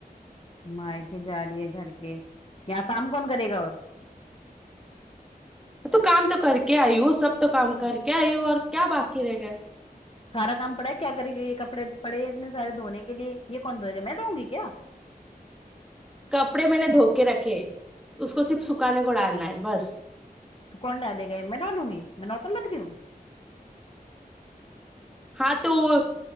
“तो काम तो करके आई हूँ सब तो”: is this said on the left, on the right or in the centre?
Centre